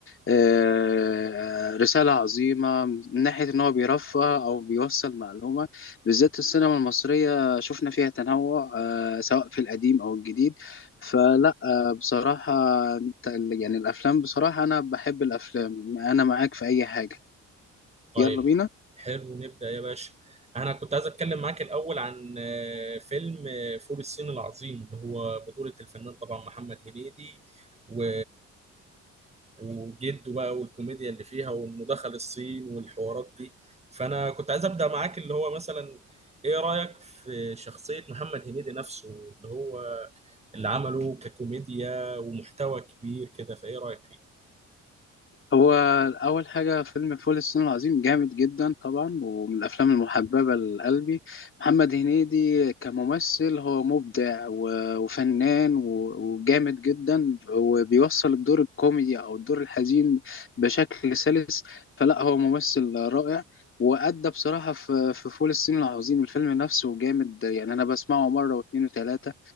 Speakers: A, on the left; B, on the right.
A: آه، رسالة عظيمة من ناحية إن هو بيرفه أو بيوصل معلومة بالذات السينما المصرية شفنا فيها تنوع آه، سواء في القديم أو الجديد فلا آه، بصراحة أنت- يعني الأفلام بصراحة أنا بحب الأفلام أنا معاك في أي حاجة
B: طيب
A: يلا بينا
B: حلو نبدأ يا باشا انا كنت عايز اتكلم معاك الاول عن آه، فيلم آه، فول الصين العظيم اللي هو بطولة الفنان طبعا محمد هنيدي و وجده بقى والكوميديا اللي فيها وانه دخل الصين والحوارات دي فانا كنت عايز ابدأ معاك اللي هو مثلا ايه رأيك في شخصية محمد هنيدي نفسه اللي هو اللي عمله ككوميديا ومحتوى كبير كده فايه رأيك فيه
A: هو أول حاجة فيلم فول الصين العظيم جامد جدا طبعا ومن الأفلام المحببة لقلبي محمد هنيدي كممثل هو مبدع و- وفنان و- وجامد جدا وبيوصل الدور الكوميدي أو الدور الحزين بشكل سلس فلا هو ممثل رائع وأدى بصراحة في في فول الصين العظيم الفيلم نفسه جامد يعني أنا بسمعه مرة واتنين وتلاتة